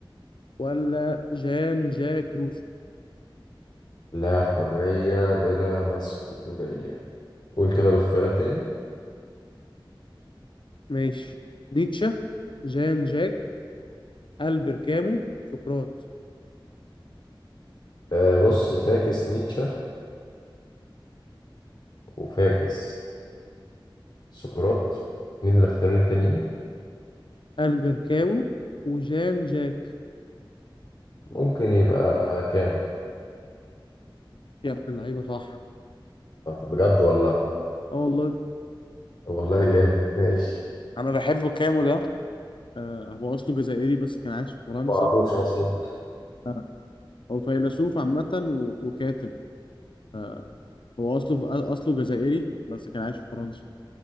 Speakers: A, on the left; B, on the left.
A: ولا جان جاك روسو
B: لا حريه بلا مسؤوليه قول كده الاختيار التاني
A: ماشي نيتشه جان جاك ألبر كامو سقراط
B: أه بص فاكس نيتشه وفاكس سقراط مين الاختيارين التانيين
A: البركامو وجان جاك
B: ممكن يبقى كامو
A: يا ابن اللعيبه صح
B: انت بجد والله
A: اه والله
B: طب والله جامد ماشي
A: انا بحبه كامو ده آه، هو اصله جزائري بس كان عايش في فرنسا
B: ما اعرفوش اصلا
A: آه، هو فيلسوف عامة و- وكاتب آه، هو اصله في- اصله جزائري بس كان عايش في فرنسا